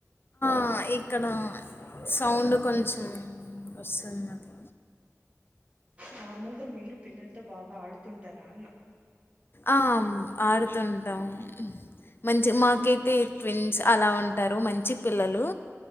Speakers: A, on the left; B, on the right.
A: ఆ ఇక్కడ సౌండ్ కొంచెం వస్తుంన్నది
B: నార్మల్గా మీరు పిల్లలతో బాగా ఆడుతుంటారా అన్న
A: ఆ ఆడుతుంటామ్ మంచి మాకైతే ట్వన్స్ అలా ఉంటారు మంచి పిల్లలు